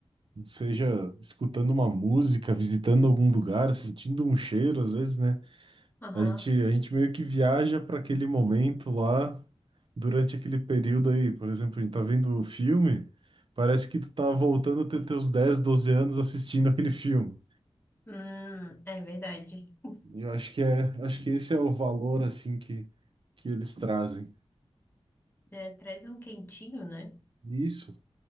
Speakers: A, on the right; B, on the left.
A: seja escutando uma música, visitando algum lugar, sentindo um cheiro, às vezes, né?
B: aham.
A: A gente, a gente meio que viaja para aquele momento lá, durante aquele período aí. Por exemplo, a gente tá vendo o filme, parece que tu tá voltando a ter teus 10 12 anos assistindo aquele filme.
B: Hum, é verdade.
A: E Eu acho que é, acho que esse é o valor, assim, que, que eles trazem.
B: É, traz um quentinho, né?
A: Isso.